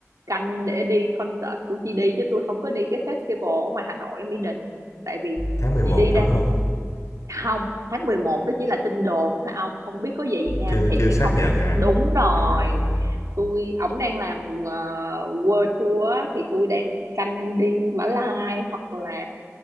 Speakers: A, on the right; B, on the left.
A: canh để đi concert của GD chứ tôi không có đi cái festival ở ngoài Hà Nội ở Mỹ Đình tại vì
B: tháng mười
A: GD
B: một
A: đang
B: đúng không?
A: không tháng 11 đó chỉ là tin đồn thôi ông không biết có về Việt Nam
B: Chưa
A: thiệt
B: chưa
A: hay
B: xác
A: không
B: nhận
A: nữa
B: à?
A: đúng rồi
B: À,
A: tôi ổng đang làm ờ, world tour á, thì tôi đang canh đi Mã Lai hoặc là